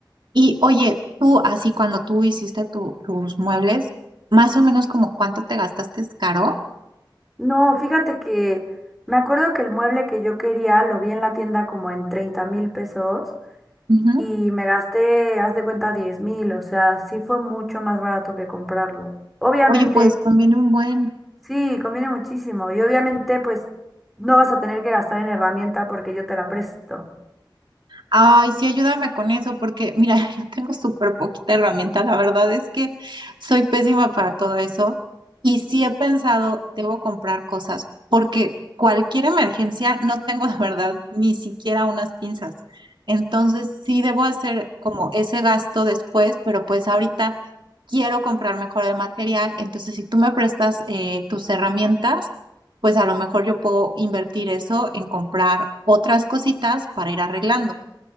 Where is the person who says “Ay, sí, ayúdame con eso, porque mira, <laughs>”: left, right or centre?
Right